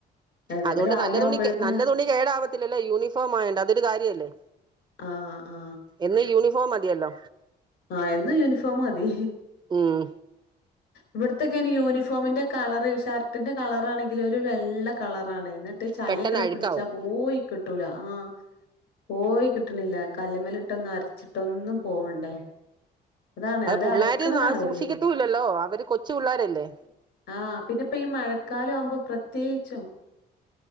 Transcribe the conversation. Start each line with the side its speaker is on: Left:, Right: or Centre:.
Left: എന്നിട്ട്
Right: അതുകൊണ്ട്
Left: രാവിലെ
Right: നല്ല തുണി
Left: ആവുമ്പോഴേക്കും
Right: നല്ല
Left: ന
Right: തുണി കേടാവത്തില്ലല്ലോ യൂണിഫോം ആയേണ്ട അതൊരു കാര്യല്ലേ
Left: ആ ആ
Right: എന്ന് യൂണിഫോം മതിയല്ലോ
Left: ആഹ എന്നും യൂണിഫോം മതി
Right: ഉം
Left: ഇവിടത്തൊക്കെ നി യൂണിഫോമിന്റെ കളറ് ഷർ ട്ടിന്റെ കളറ ആണെങ്കിൽ ഒരു വെള്ള കളറാണ് എന്നിട്ട് ചളിയൊക്കെ
Right: പെട്ടെന്ന് അഴുക്കാവും
Left: പിടിച്ചാ പോയി കിട്ടൂല ആഹ് പോയി കിട്ടണില്ല കല്ല്മലിട്ടൊന്നും അരച്ചിട്ടൊന്നും പോവണ്ടേ അതാണ്
Right: അത് പിള്ളോര്
Left: അലക്കണതാണ്
Right: ആ സൂക്ഷിക്കത്തൂല്ലല്ലോ
Left: വല്യ ബുദ്ധി
Right: അവര് കൊച്ച് പിള്ളേരല്ലേ
Left: ആഹ് പിന്നെ ഇപ്പ ഈ മഴക്കാലം ആവുമ്പോ പ്രത്യേകിച്ചും